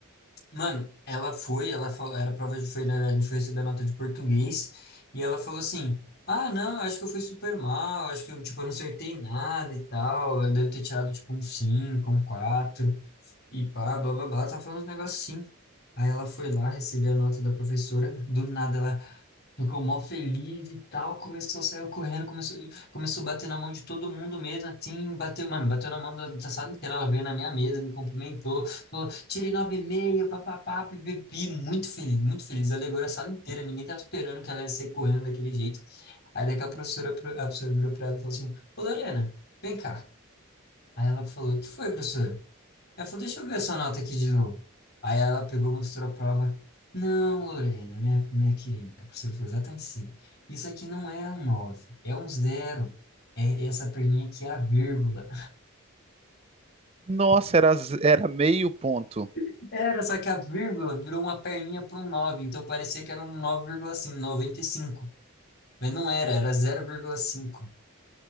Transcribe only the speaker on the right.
Nossa, era, z- era meio ponto.